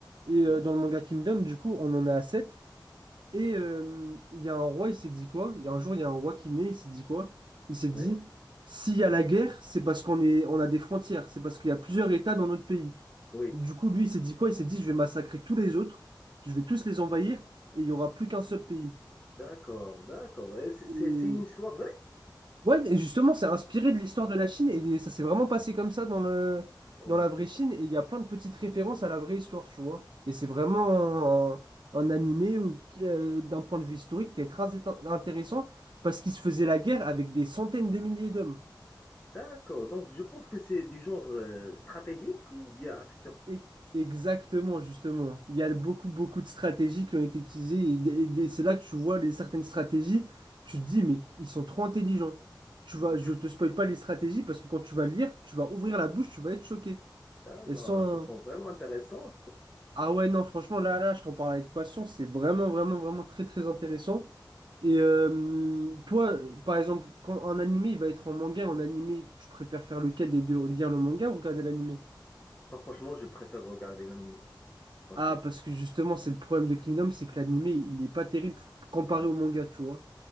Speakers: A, on the right; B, on the left.
A: Et euh,
B: d'accord.
A: dans le manga Kingdom, du coup, on en est à 7. Et euh, il y a un roi, il s'est dit quoi? Il y a un jour, il y a un roi qui naît, il s'est dit quoi? Il s'est dit,
B: Oui,
A: s'il y a la guerre, c'est parce qu'on est, on a des frontières, c'est parce qu'il y a plusieurs États dans notre pays.
B: oui,
A: Du coup, lui, il s'est dit quoi? Il s'est dit, je vais massacrer tous les autres, je vais tous les envahir, et il y aura plus qu'un seul pays.
B: d'accord, d'accord. Et C'est
A: Et
B: c'est- c'est une histoire vraie?
A: Ouais, et justement, c'est inspiré de l'histoire de la Chine et ça s'est vraiment passé comme ça dans le,
B: Ouais,
A: dans la
B: c'est-
A: vraie Chine. Et il y a plein de petites références à la vraie histoire, tu vois. Et c'est vraiment un, un animé où- qui, euh, d'un point de vue historique qui est très int- intéressant parce qu'il se faisait la guerre avec des centaines de milliers d'hommes.
B: D'accord. Donc, je pense que c'est du genre euh, stratégique ou bien action.
A: Et- Exactement, justement. Il y a beaucoup, beaucoup de stratégies qui ont été utilisées et, des- et des- c'est là que tu vois les, certaines stratégies. Tu te dis, mais ils sont trop intelligents. Tu
B: D'accord,
A: vas, je te spoil pas les stratégies parce que quand tu vas lire, tu vas ouvrir la bouche, tu vas être choqué.
B: d'accord.
A: Elles sont...
B: Ça sent vraiment intéressant.
A: Ah ouais, non, franchement, là, là, je t'en parle avec passion. C'est vraiment, vraiment, vraiment très, très intéressant. Et euh, toi, par exemple, quand un animé, il va être en manga, en animé, tu préfères faire lequel des deux? Lire le manga ou regarder l'animé?
B: Non, franchement, je préfère regarder l'anime. Franchement.
A: Ah, parce que justement, c'est le problème de Kingdom, c'est que l'animé, il est pas terrible comparé au manga, tu vois.